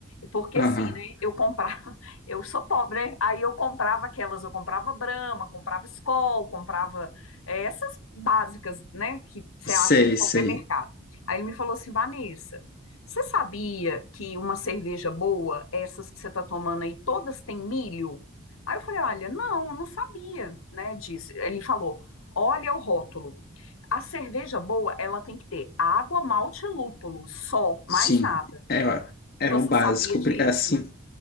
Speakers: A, on the left; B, on the left.
A: porque
B: Aham.
A: assim, né? Eu comprava, <laughs> eu sou pobre, né? Aí eu comprava aquelas, eu comprava Brahma, comprava Skol, comprava é, essas básicas, né? Que você
B: Sei,
A: acha em qualquer
B: sei.
A: mercado. Aí ele me falou assim, Vanessa, você sabia que uma cerveja boa, essas que você está tomando aí, todas têm milho? Aí eu falei, olha, não, não sabia, né? Disse. Ele falou, olha o rótulo. A cerveja boa, ela tem que ter água, malte e lúpulo, só, mais
B: Sim.
A: nada.
B: É, ó, é
A: Você
B: o básico.
A: sabia disso?
B: pri- é Assim,